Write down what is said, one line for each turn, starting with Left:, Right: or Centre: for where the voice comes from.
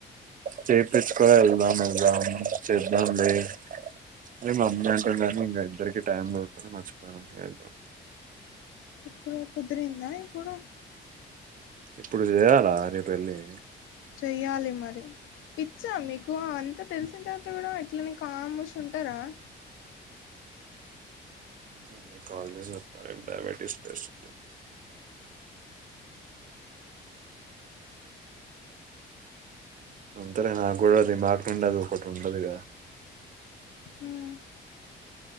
Right: చేపిచ్చుకో ఎల్దం ఇగ చేద్దాం లే అనీ మమ్మీ అంటుండే కానీ ఇంకా ఇద్దరికి టైం దుర్కుత్లే మర్చిపోయినం ఏందో
Left: ఇప్పుడు కుదిరిందా ఇప్పుడు
Right: ఇప్పుడు చేయాలా రేపు ఎల్లి
Left: చెయ్యాలి మరి పిచ్చా మీకు అంతా తెలిసిన్ తర్వాత కూడా ఇట్లనే కాముష్ ఉంటరా
Right: మమ్మీకి కాల్ చేసి చెప్తా రేపు డయాబెటీస్ టెస్ట్ అంతలే నాకూడా రిమార్క్ ఉండదు ఒకటి ఉండదుగదా
Left: మ్మ్